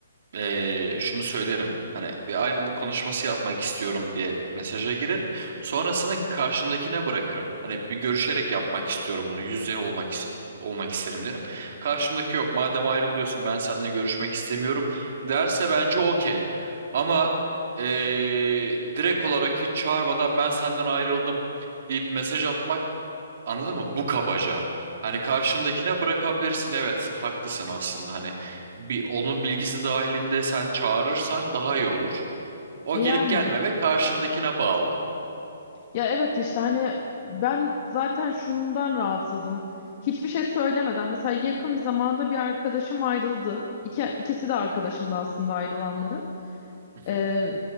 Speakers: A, on the right; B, on the left.
A: eee, şunu söylerim. Hani bir ayrılık konuşması yapmak istiyorum diye mesaja girerim. Sonrasını karşımdakine bırakırım. Hani bir görüşerek yapmak istiyorum bunu. Yüz yüze olmak is- olmak isterim derim. Karşımdaki yok. Madem ayrılıyorsun ben seninle görüşmek istemiyorum derse bence okey. Ama eee, direkt olarak hiç çağırmadan ben senden ayrıldım deyip mesaj atmak Anladın mı? Bu kabaca. Hani karşındakine bırakabilirsin. Evet, haklısın aslında. Hani bir onun bilgisi dahilinde sen çağırırsan daha iyi olur. O
B: E
A: gelip
B: yani.
A: gelmeme karşındakine bağlı.
B: Ya evet işte hani ben zaten şundan rahatsızım. Hiçbir şey söylemeden mesela yakın bir zamanda bir arkadaşım ayrıldı. İki, ikisi de arkadaşımdı aslında ayrılanların.
A: Hı
B: Ee,
A: hı.